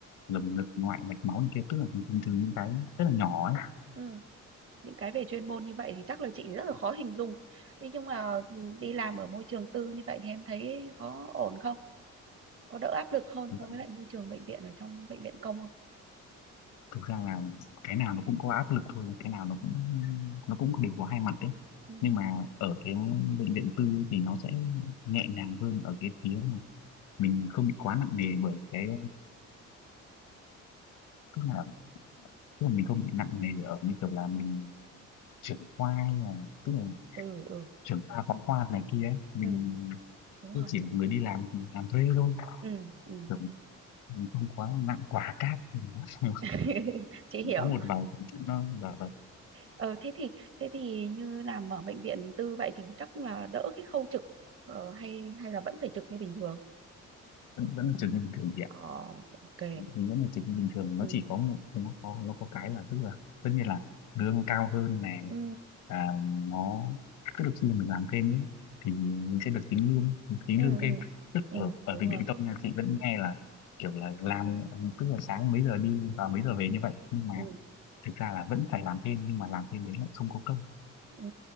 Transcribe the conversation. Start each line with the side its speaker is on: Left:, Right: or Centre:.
Left: lồng ngực ngoại mạch máu này kia tức là thường thường những cái rất là nhỏ ấy
Right: ừ. những cái về chuyên môn như vậy thì chắc là chị rất là khó hình dung thế nhưng mà ừ, đi làm ở môi trường tư như vậy thì em thấy có ổn không có đỡ áp lực hơn
Left: thực
Right: so
Left: ra,
Right: với lại môi trường bệnh viện ở trong bệnh viện công không
Left: thực ra là cái nào nó cũng có áp lực thôi cái nào nó cũng nó cũng đều có hai mặt đấy
Right: ừ
Left: nhưng mà ở cái bệnh viện tư ấy thì nó sẽ nhẹ nhàng hơn ở cái phía mà mình không bị quá nặng nề bởi cái tức là tức là mình không bị nặng nề ở như kiểu là mình trưởng khoa hay là tức là
Right: ừ ừ,
Left: trưởng khoa phó khoa này kia ấy mình
Right: ừ đúng
Left: tức
Right: rồi
Left: chỉ là người đi làm làm thuê thôi
Right: ừ ừ
Left: kiểu mình không quá nặng quả cát <laughs> thì nó-
Right: <laughs> chị hiểu
Left: có một vài tính chất nó và, và
Right: ờ thế thì thế thì như làm ở bệnh viện tư vậy thì chắc là đỡ cái khâu trực ờ, hay hay là vẫn phải trực như bình thường
Left: vẫn vẫn là trường như bình thường chị
Right: ờ ok
Left: mình vẫn phải dịch như bình thường nó
Right: ừ
Left: chỉ có một nó có nó có cái là tức là tất nhiên là lương cao hơn này
Right: ừ
Left: và nó tức là khi mà mình làm thêm ấy thì mình sẽ được tính lương tính
Right: ừ
Left: lương
Right: ừ,
Left: thêm tức
Right: ừ.
Left: ở ở
Right: đúng
Left: Bệnh
Right: rồi
Left: viện Tâm nhà chị vẫn nghe là kiểu là làm tức là sáng mấy giờ đi và mấy giờ về như vậy nhưng mà
Right: ừ
Left: thực ra là vẫn phải làm thêm nhưng mà làm thêm đấy lại không có công
Right: ừ